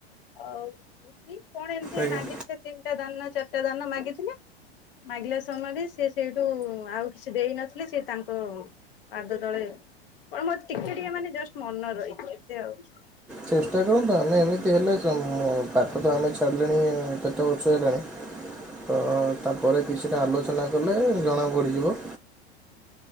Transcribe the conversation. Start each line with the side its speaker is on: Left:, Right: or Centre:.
Left: ଆଉ କଣ ଏମିତି
Centre: ଆଜ୍ଞା
Left: ମାଗିଥିଲେ? ତିନିଟା ଦାନ ନା ଚାରଟା ଦାନ ମାଗିଥିଲେ। ମାଗିଲା ସମୟରେ ସେ ସେଇଠୁ ଆଉ କିଛି ଦେଇନଥିଲେ ସେ ତାଙ୍କ ପାଦ ତଳେ କ ମୋର ଟିକେଟିକେ ମାନେ ଜଷ୍ଟ ମନ ରହିଛି ଏତେ ଆଉ
Centre: ଚେଷ୍ଟା କରନ୍ତୁ ଆମେ ଏମିତି ହେଲେ ସବୁ ମୁଁ ପାଠ ତ ଆମେ ଛାଡ଼ିଲେଣି କେତେ ବର୍ଷ ହେଲାଣି ତ ତାପରେ କିଛିଟା ଆଲୋଚନା କଲେ ଜଣାପଡ଼ିଯିବ।